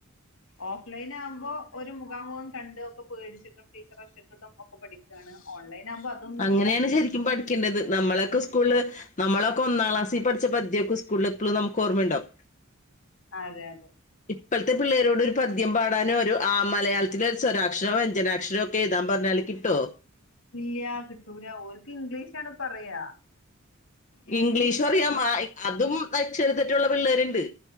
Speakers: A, on the left (about 75°); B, on the left (about 35°).
A: ഓഫ്ലൈൻ ആകുമ്പോൾ ഒരു മുഖാമുഖം കണ്ട് ഒക്കെ പേടിച്ചിട്ടും ടീച്ചറേ സെട്ടിട്ടും ഒക്കെ പഠിക്കുകയാണ് ഓൺലൈൻ ആകുമ്പോ അതൊന്നുമില്ല
B: അങ്ങനെയാണ് ശരിക്കും പഠിക്കേണ്ടത് നമ്മളൊക്കെ അങ്ങനെയാണ് ശരിക്കും അങ്ങനെയാണ് ശെരിക്കും പഠിക്കേണ്ടത് നമ്മളെസ്കൂളില് നമ്മളൊക്കെ ഒന്നാം ക്ലാസ്സിൽ പഠിച്ച പദ്ധൊക്കെ സ്കൂളിൽ നമുക്ക് ഓർമ്മുണ്ടകും.
A: അതെ അതെ
B: ഇപ്പോഴത്തെ പിള്ളേരോട് പദ്യം പാടാനോ ഒരു ആ പദ്യം മലയാളത്തില ഒരു സ്വരാക്ഷരോ വഞ്ജനാക്ഷരമോ ഒക്കെ എഴുതാൻ പറഞ്ഞാല് കിട്ടോ
A: ഇല്ല ൂരാ ഓർക്ക് ഇംഗ്ലീഷ ആാണ് പറയാ ഇംഗ്ലീഷില്
B: ഇംഗ്ലീഷും അറിയാം അതും അക്ഷര തെറ്റുള്ള പിള്ളേരുണ്ട്.